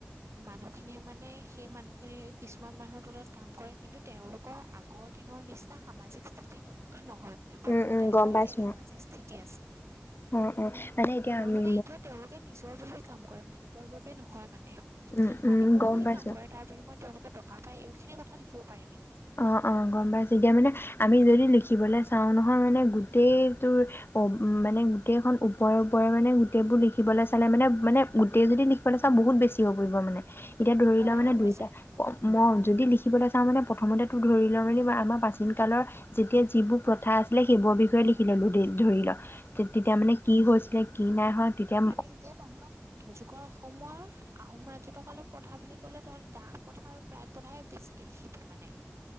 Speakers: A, on the right; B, on the left.
A: মানুহখিনিয়ে মানে সেই মানুহখিনিৰ কিছুমান মানুহৰ তলত কাম কৰে কিন্তু তেওঁলোকৰ আগৰ দিনৰ নিচিনা সামাজিক স্থিতি নথকা নহয় মানে বৰ্তমান
B: উম উম
A: তেনে
B: গম পাইছো
A: এক সামাজিক স্থিতি আছে
B: অ অ অ মানে এতিয়া
A: আৰু
B: আমি
A: মানে এতিয়া তেওঁলোকে নিজৰ বাবে কাম কৰে মালিকৰ বাবে নহয় মানে
B: উম উম
A: মালিকৰ
B: গম
A: হৈয়ে
B: পাইছো
A: কাম কৰে তাৰ বিনিময মই তেওঁলোকে টকা পাই এইখিনি কথা লিখিব পাৰিবি।
B: অ অ গম পাইছ তেতিয়া মানে আমি যদি লিখিবলৈ চাও নহয় মানে গোটেই তোৰ মানে গোটেইখন ওপৰে ওপৰে মানে গোটেইবোৰ লিখিবলৈ চালে মানে মানে গোটেই যদি লিখিবলৈ চাওঁ বহুত বেছি হৈ পৰিব মানে এতিয়া ধৰি লোৱা
A: অ',
B: মানে
A: বহুত
B: দুইটা
A: বেছি পৰিব
B: মই যদি লিখি লৈ চাওঁ মানে প্ৰথমতে তোৰ ধৰি ল মানে মই আমাৰ প্ৰাচীন কালৰ যেতিয়া যিবোৰ প্ৰথা আছিলে সেইবোৰৰ বিষয়ে লিখি ললো দেই ধৰি ল তেতিয়া
A: উ
B: মানে কি হৈছিলে কি নাই হোৱা তেতিয়া
A: মানে এতিয়া তহঁতৰ মধ্যৰ যুগৰ অসমৰ আহোম ৰাজত্ব কালৰ প্ৰথা বুলি কলে তহ দাস প্ৰথা আৰু পাইক প্ৰথাই বেছিকে লিখিবি মানে।